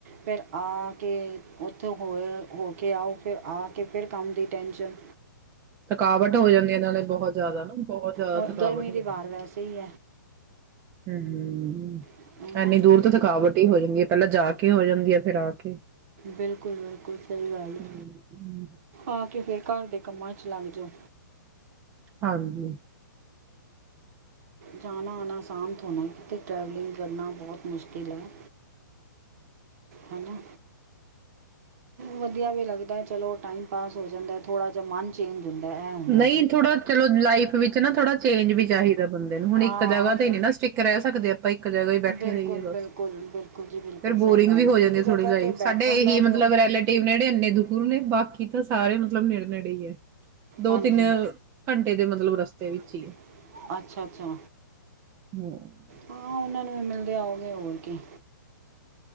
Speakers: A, on the right; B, on the right.
A: ਫਿਰ ਆ ਕੇ ਉੱਥੋਂ ਹੋ ਹੋ ਕੇ ਆਓ ਫਿਰ ਆ ਕੇ ਫਿਰ ਕੰਮ ਦੀ ਟੈਂਸ਼ਨ
B: ਥਕਾਵਟ ਹੋ ਜਾਂਦੀ ਹੈ ਇਹ ਨਾਲੇ ਬਹੁਤ ਜ਼ਿਆਦਾ ਨਾ ਬਹੁਤ ਜ਼ਿਆਦਾ
A: ਹੋਰ
B: ਥਕਾਵਟ
A: ਗਰਮੀ
B: ਹੋ
A: ਦੀ
B: ਜਾਂਦੀ
A: ਬਾਹਰ ਵੈਸੇ
B: ਹੈ
A: ਹੀ
B: ਹਮ ਹਮ ਹਮ
A: ਉਹੀ ਨਾ
B: ਇੰਨੀ ਦੂਰ
A: ਗਰਮੀ
B: ਤੋਂ ਥਕਾਵਟ ਹੀ ਹੋ ਜਾਂਦੀ ਹੈ ਪਹਿਲਾਂ ਜਾ ਕੇ ਹੋ ਜਾਂਦੀ ਆ ਫੇਿਰ ਆ ਕੇ
A: ਬਿਲਕੁਲ ਬਿਲਕੁਲ ਸਹੀ ਗੱਲ ਹੈ
B: ਹੂੰ,
A: ਆ ਕੇ ਫਿਰ ਘਰ ਦੇ ਕੰਮਾਂ 'ਚ ਲੱਗ ਜਾਓ
B: ਹਾਂਜੀ
A: ਜਾਣਾ ਆਉਣਾ ਅਸਾਂਤ ਹੋਣਾ ਕਿਤੇ ਟਰੈਵਲਿੰਗ ਕਰਨਾ ਬਹੁਤ ਮੁਸ਼ਕਿਲ ਹੈ ਹਨਾ ਵਧੀਆ ਵੀ ਲੱਗਦਾ ਚਲੋ ਟਾਈਮ ਪਾਸ ਹੋ ਜਾਂਦਾ ਹੈ ਥੋੜ੍ਹਾ ਜਿਹਾ ਮਨ ਚੇਂਜ ਹੁੰਦਾ ਇਹ ਹੁੰਦਾ
B: ਨਹੀਂ ਥੋੜਾ ਚਲੋ ਲਾਈਫ ਵਿੱਚ ਨਾ ਥੋੜਾ ਚੇਂਜ ਵੀ ਚਾਹੀਦਾ ਬੰਦੇ ਨੂੰ ਹੁਣ
A: ਹਾਂ
B: ਇੱਕ ਜਗ੍ਹਾ
A: ਉਹ
B: ਤੇ
A: ਤਾਂ
B: ਨਹੀ ਨਾ ਸਟਿੱਕ ਰਹਿ ਸਕਦੇ ਆਪਾਂ ਇੱਕ ਜਗ੍ਹਾ ਹੀ ਬੈਠੇ
A: ਬਿਲਕੁਲ
B: ਰਹੀਏ ਬੱਸ
A: ਬਿਲਕੁਲ ਬਿਲਕੁਲ ਜੀ ਬਿਲਕੁਲ
B: ਫੇਿਰ ਬੋਰਿੰਗ
A: ਸਹੀ ਗੱਲ
B: ਵੀ ਹੋ
A: ਹੈ
B: ਜਾਂਦੀ
A: ਇੱਕ
B: ਥੋੜ੍ਹੀ
A: ਜਗ੍ਹਾ
B: ਲਾਈ
A: 'ਤੇ ਬੈਠਣ
B: ਸਾਡੇ ਇਹੀ
A: ਦਾ ਤਾਂ
B: ਮਤਲਬ ਰੈਲੇਟਿਵ ਨੇ ਜਿਹੜੇ ਇੰਨੇ ਦੁਖ ਨੇ ਬਾਕੀ ਤਾਂ ਸਾਰੇ ਮਤਲਬ ਨੇੜੇ ਨੇੜੇ ਹੀ ਹੈ ਦੋ
A: ਹਾਂਜੀ
B: ਤਿੰਨ ਘੰਟੇ ਦੇ ਮਤਲਬ ਰਸਤੇ ਵਿੱਚ
A: ਰਸਤੇ
B: ਹੀ ਏ
A: ਅੱਛਾ ਅੱਛਾ
B: ਹਮ
A: ਹਾਂ ਉਹਨਾਂ ਨੂੰ ਵੀ ਮਿਲਦੇ ਆਉਗੇ ਹੋਰ ਕੀ